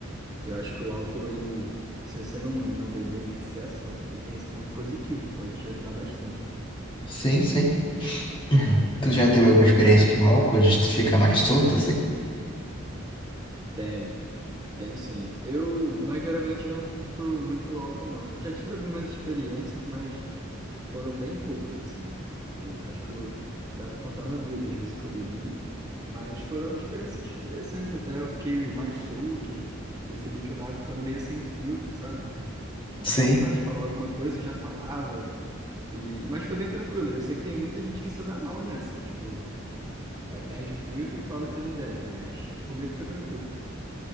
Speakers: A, on the right (about 20°); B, on the left (about 25°).
A: eu acho que o álcool, ele, se você não, não beber em excesso, ele tem esse ponto positivo, pode te ajudar bastante.
B: Sim, sim. Uhum. Tu já teve alguma experiência com álcool de tu ficar mais solto assim?
A: Tem, tenho sim. Eu, mas geralmente eu não curto muito álcool, não. Eu já tive algumas experiências, mas. Foram bem poucas, assim. Tipo, acho que eu- dá pra contar no dedo as vezes que eu bebi. Mas foram experiências interessantes até. Eu fiquei mais solto, percebi que eu tava ficando meio sem filtro, sabe? Dava
B: Sei,
A: vontade de falar alguma coisa, eu já falava. E... Mas foi bem tranquilo. Eu sei que tem muita gente que se dá mal nessa. Tipo, é, perde o filtro e fala que não deve, mas comigo foi tranquilo.